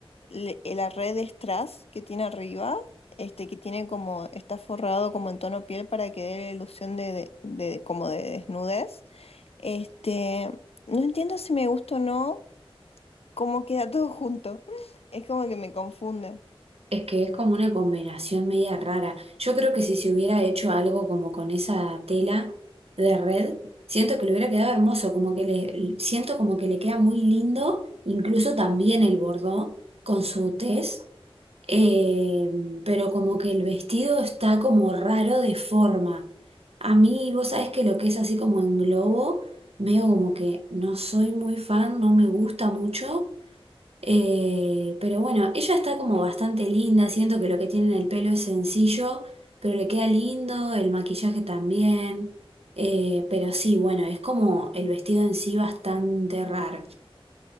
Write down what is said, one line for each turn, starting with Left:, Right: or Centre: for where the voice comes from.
Left: le- eh, la red de strass que tiene arriba, este, que tiene como, está forrado como en tono piel para que dé la ilusión de, de, de- como de desnudez. Este, no entiendo si me gusta o no como queda todo junto. Es como que me confunde.
Right: es que es como una combinación media rara. Yo creo que si se hubiera hecho algo como con esa tela de red, siento que le hubiera quedado hermoso, como que le, siento como que le queda muy lindo, incluso también el bordó con su tez. Eh, pero como que el vestido está como raro de forma. A mí, vos sabés que lo que es así como en globo, veo como que no soy muy fan, no me gusta mucho. Eh, pero bueno, ella está como bastante linda, siento que lo que tiene en el pelo es sencillo, pero le queda lindo, el maquillaje también. Eh, pero sí, bueno, es como el vestido en sí bastante raro.